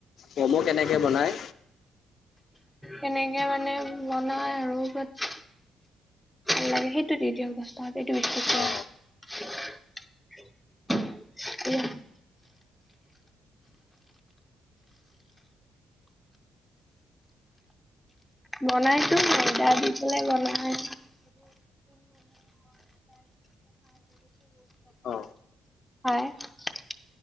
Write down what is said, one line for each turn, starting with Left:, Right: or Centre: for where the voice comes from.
Left: ম'ম' কেনেকে বনায়?
Centre: কেনেকে মানে বনাই আৰু বাট ভাল লাগে সেইটো দি দিয়ক। দশ টকাত
Left: অ
Centre: <unintelligible> বনাইছো ময়ডা দি পেলাই বনাই
Left: অ
Centre: <unintelligible> <unintelligible>